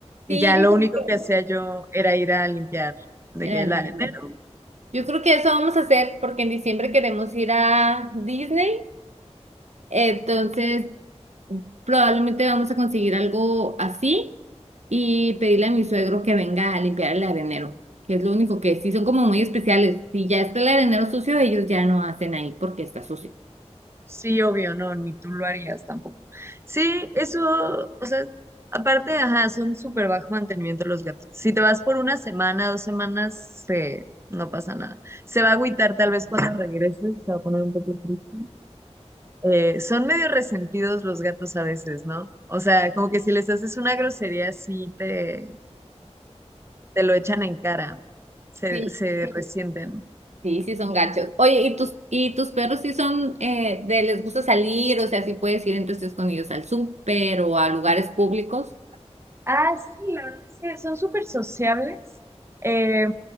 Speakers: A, on the right; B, on the right.
A: Y
B: sí,
A: ya lo
B: yo
A: único
B: creo-
A: que hacía yo era ir a limpiar de
B: que era
A: que
B: el
A: el arenero.
B: mismo. Yo creo que eso vamos a hacer porque en diciembre queremos ir a Disney, entonces probablemente vamos a conseguir algo así y pedirle a mi suegro que venga a limpiar el arenero, que es lo único que sí son como muy especiales. Si ya está el arenero sucio, ellos ya no hacen ahí porque está sucio.
A: Sí, obvio, no, ni tú lo harías tampoco. Sí, eso, o sea, aparte, ajá, son súper bajo mantenimiento los gatos. Si te vas por una semana, dos semanas, se, no pasa nada. Se va a agüitar tal vez cuando regreses, se va a poner un poco triste. Eh, son medio resentidos los gatos a veces, ¿no? O sea, como que si les haces una grosería, sí te, te lo echan en cara, se,
B: Sí,
A: se Sí. resienten.
B: sí, sí son gachos. Oye, ¿y tus, y tus perros sí son eh, de les gusta salir? O sea, sí puedes ir entonces con ellos al súper o a lugares públicos.
A: Ah, sí, la verdad es que son súper sociables. Eh,